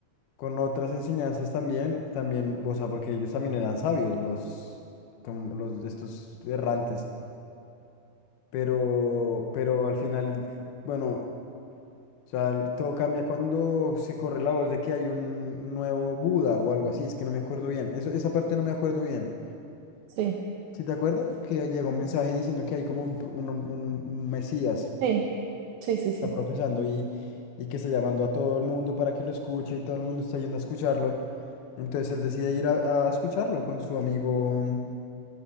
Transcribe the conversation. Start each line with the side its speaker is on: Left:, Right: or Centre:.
Left: con otras enseñanzas también, también, o sea, porque ellos también eran sabios, los, como los de estos errantes, pero, pero al final, bueno, o sea, el- todo cambia cuando se corre la voz de que hay un nuevo Buda o algo así, es que no me acuerdo bien, eso, esa parte no me acuerdo bien.
Right: Sí,
Left: ¿Sí te acuerdas? Que llegó un mensaje diciendo que hay como un, un- un- un Mesías,
Right: sí, sí, sí, sí.
Left: está profesando y, y que está llamando a todo el mundo para que lo escuche y todo el mundo está yendo a escucharlo. Entonces él decide ir a, a escucharlo con su amigo, mm,